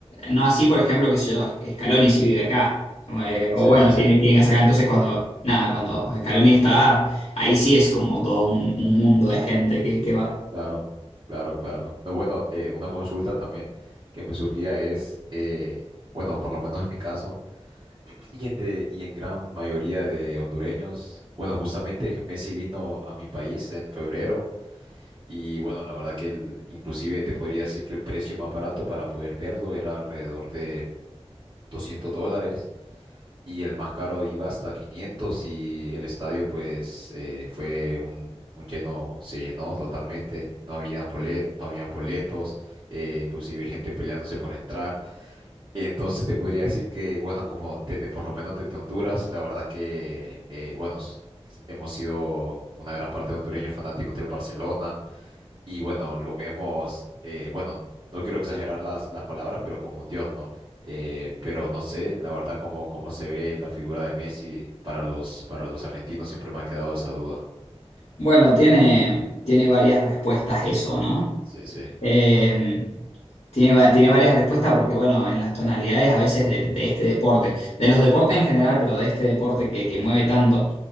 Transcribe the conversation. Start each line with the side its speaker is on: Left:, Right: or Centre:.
Left: no así, por ejemplo, que sé yo, Scaloni si vive acá. Eh,
Right: Ujú.
Left: o
Right: Sí,
Left: bueno,
Right: sí, sí.
Left: tiene, tiene que sacar. Entonces, cuando, nada, cuando Scaloni está, ahí sí es como todo un, un mundo de gente que, que va.
Right: Claro, claro, claro. No, bueno, eh, una consulta también que me surgía es, eh, bueno, por lo menos en mi caso, y en, de, y en gran mayoría de hondureños, bueno, justamente Messi vino a mi país en febrero. Y bueno, la verdad que el, inclusive te podría decir que el precio más barato para poder verlo era alrededor de 200 dólares y el más caro iba hasta 500 y el estadio pues eh, fue un, un lleno, se llenó totalmente, no habían bole- no habían boletos, eh, inclusive gente peleándose por entrar. Entonces te podría decir que, bueno, como desde, por lo menos desde Honduras, la verdad que, eh, bueno, s- hemos sido una gran parte de hondureños fanáticos del Barcelona y bueno, lo vemos, eh, bueno, no quiero exagerar las, las palabras, pero como un dios, ¿no? Eh, pero no sé, la verdad, cómo, cómo se ve la figura de Messi para los, para los argentinos, siempre me ha quedado esa duda.
Left: Bueno, tiene, tiene varias respuestas eso, ¿no?
Right: Sí, sí,
Left: Eh, Tiene, va- tiene varias respuestas porque, bueno, en las tonalidades a veces de, de este deporte, de los deportes en general, pero de este deporte que, que mueve tanto,